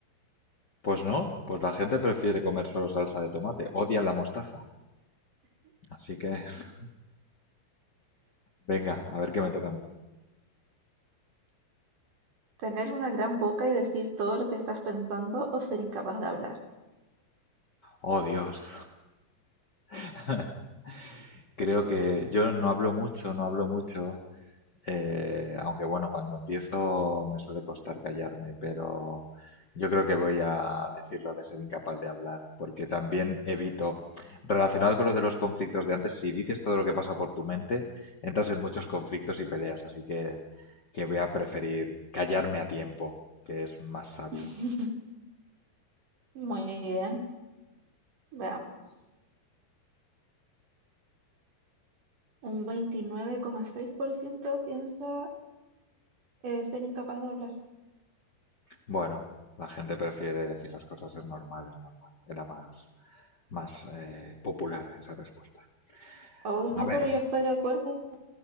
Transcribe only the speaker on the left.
Pues no, pues la gente prefiere comer solo salsa de tomate. Odian la mostaza. Así que, <laughs> venga, a ver qué me toca a mí.
Oh, Dios. <laughs> Creo que yo no hablo mucho, no hablo mucho. Eh, aunque bueno, cuando empiezo me suele costar callarme, pero yo creo que voy a decirlo de ser incapaz de hablar, porque también evito, relacionado con lo de los conflictos de antes, si dices todo lo que pasa por tu mente, entras en muchos conflictos y peleas, así que, que voy a preferir callarme a tiempo, que es más sabio.
Bueno, la gente prefiere decir las cosas, es normal, es normal. Era más, más eh, popular esa respuesta.
A
ver.